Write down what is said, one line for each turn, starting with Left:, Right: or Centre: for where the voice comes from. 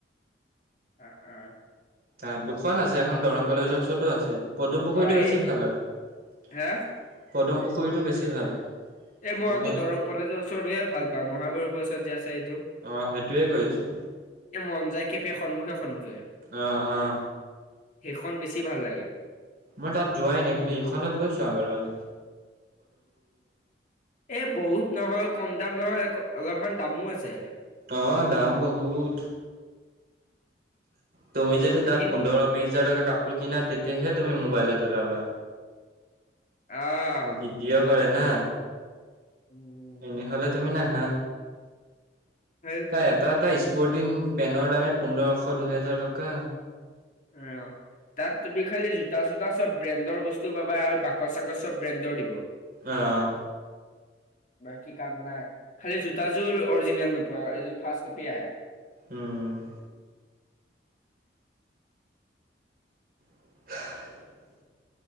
Left: অ উ
Right: আ, দুখন আছে, এখন দৰং কলেজৰ ওচৰতো আছে। পদম পুখুৰীটো
Left: অ
Right: বেছি
Left: এই
Right: ভাল আৰু
Left: হা
Right: পদম পুখুৰীটো বেছি ভাল
Left: এ মই
Right: ধুনীয়া
Left: আকৌ দৰং কলজৰ ওচৰৰটোহে ‌ভাল পাওঁ, মহাভৈৰৱৰ ওচৰত যে আছে এইটো।
Right: অ সেইটোৱে কৈ আছো
Left: মন যায় খেপে সন্মুখে সন্মুখে
Right: অ, অ'
Left: সেইখন বেছি ভাল লাগে।
Right: মই তাত যোৱাই নাই কিন্তু এইখনত গৈছো আগৰৱালা
Left: এ বহুত নহয় কম দাম নহয় এ অলপমান দামো আছে
Right: অ, দাম বহুত তুমি যদি তাত
Left: কিন্তু
Right: পোন্ধৰ বিশ হাজাৰ টকা কাপোৰ কিনা তেতিয়াহে তুমি মোবাইলত ওলাবা
Left: আহ
Right: ভিডিঅ কৰে না
Left: উম
Right: এনেহলে তুমি নাহ
Left: সেই
Right: তাৰ‍ এটা এটা স্পৰ্টিং, পেনৰ দামে পোন্ধৰশ ছশ দুহেজাৰ টকা
Left: অ তাত তুমি খালি জোতা চোতা চব ব্ৰেণ্ডৰ বস্তু পাবা আৰু বাখত চাকত চব ব্ৰেণ্ডৰ দিব
Right: আহ
Left: বাকী কাম নাই। খালি জোতাযোৰ অৰিজিনেল নোপোৱা, এইযোৰ ফাৰ্ষ্ট কপি আহে
Right: উম <unintelligible>